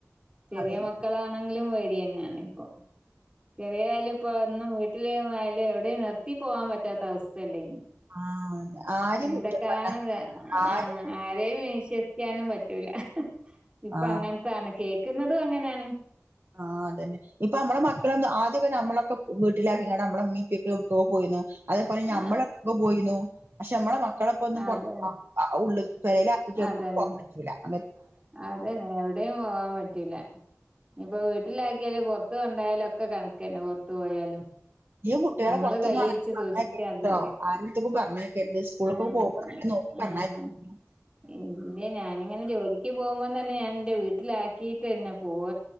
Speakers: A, on the right; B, on the right.
A: ചെറിയ
B: അതന്നെ
A: മക്കളാണെങ്കിലും പേടിയാന്നെണ് ഇപ്പൊ ചെറിയതായാലും ഇപ്പ ഒന്നും വീട്ട്ല് മഹല്ലില് എവ്ടെ നിർത്തി പോകാൻ പറ്റാത്ത അവസ്ഥയല്ലേ
B: ആഹ് ആരെയും
A: എന്തൊക്കാണത്
B: കുറ്റം പറ ആരെയും
A: ആ ആരെയും വിശ്വസിക്കാനും പറ്റൂല ഇപ്പൊ
B: ആ
A: അങ്ങൻത്താണ് കേക്ന്നതും അങ്ങനെണ്
B: ആ അതന്നെ ഇപ്പൊ നമ്മളെ മക്കളോന്നും ആദ്യക്കെ നമ്മളൊക്കെ വീട്ടിലാക്കിണ്ട് നമ്മളെ ഇമ്മീം ഇപ്പിപ്പൊക്കെ എവ്ട്കോ പോയിന്നു അതേപോലെ
A: ആ
B: നമ്മളും എഡ്കോ പോയിന്നു പക്ഷെ നമ്മളെ മ മക്കളൊപ്പൊ ഒന്നും <unintelligible>
A: അതെ അതന്നെ അതന്നെ എവിടെയും പോവാൻ പറ്റൂല ഇപ്പൊ വീട്ടിലാക്കിയാല് പോറത് കൊണ്ടായാലും ഒക്കെ കണക്കെന്നെ പോറതത്ത് പോയാലും
B: ഈ കുട്ടികളെ
A: നമ്മള്
B: പോറത്തൊന്നും
A: കൈയ്യരിച്ച്
B: അങ്ങനെ പറഞ്ഞെക്കരുത്
A: സൂക്ഷിച്ച് നടന്നാല്
B: ട്ടോ ആരട്ത്ക്കും പറഞ്ഞെകര്ത് സ്കൂൾക്കെക്കേ
A: ഉം
B: പോകു <unintelligible>
A: ഉം
B: <unintelligible>
A: ഇല്ല ഞാനിങ്ങനെ ജോലിക്ക് പോകുമ്പ തന്നെ ഞാന് ഇന്റെ വീട്ടിലാക്കിട്ട് തന്നെ പോവ